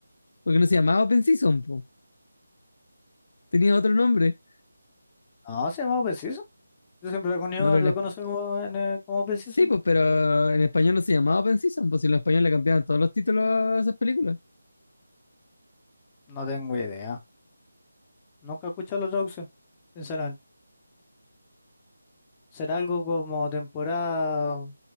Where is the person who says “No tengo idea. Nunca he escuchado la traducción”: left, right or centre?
Left